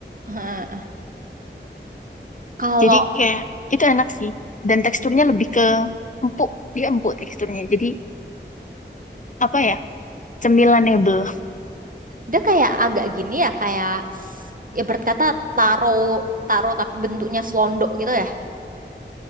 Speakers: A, on the right; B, on the left.
A: heeh. Kalau
B: Jadi kayak itu enak sih dan teksturnya lebih ke empuk, dia empuk teksturnya. Jadi apa ya? Cemilan nebel.
A: dia kayak agak gini ya, kayak ya berkata taro, taro tapi bentuknya slondo gitu ya.